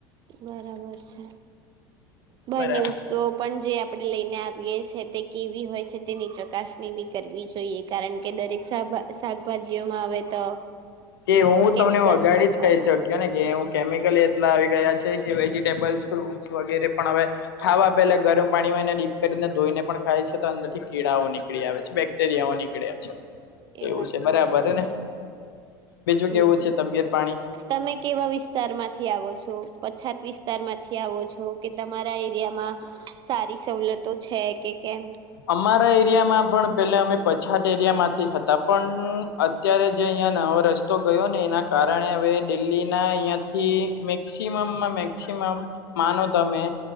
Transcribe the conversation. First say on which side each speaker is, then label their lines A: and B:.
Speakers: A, on the right (about 35°); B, on the left (about 70°).
A: બરાબર છે બારની
B: બરા
A: વસ્તુઓ. પણ જે આપડણે લઈને આવીએ છી તે કેવી હોય છે તેની ચકાસણી બી કરવી જોઈએ. કારણ કે દરેક શાભા શાકભાજીઓમાં આવે તો
B: કે હું
A: કેમિકલ્સ
B: તમને અગાડી
A: નાખવામાં
B: જ કહી શક્યો
A: આવે છે
B: ને કે ઈ કેમિકલ એટલા આવી ગયા છે કે વેજીિટેબલ્સ ફ્રૂટ્સ વગેરે પણ હવે. ખાવા પેલા ગરમ પાણીમાં એને ડીપ કરીને ધોઈને પણ ખાય છે તો અંદર થી કીડાઓ નીકળી આવે છે. અત્યારેવા નીકળ્યા
A: એ
B: છે એવું
A: વાત
B: છે બરાબર ને.
A: છે.
B: બીજું
A: હમ
B: કેવું છે તબિયત પાણી.
A: તમે કેવા વિસ્તારમાંથી આવો છો પછાત વિસ્તારમાંથી આવો છો કે તમારા એરિયામાં સારી સવલતો છે કે કેમ
B: અમારા એરિયામાં પણ પે અમે પછાત એરિયા માંથી હતા પણ અ અત્યારે જે અહિયાં નવો રસ્તો ગયો ને એના કારણે હવે દિલ્હીના અહિયાંથી મે મેક્સમમ મેક્સમમ માનો તમે.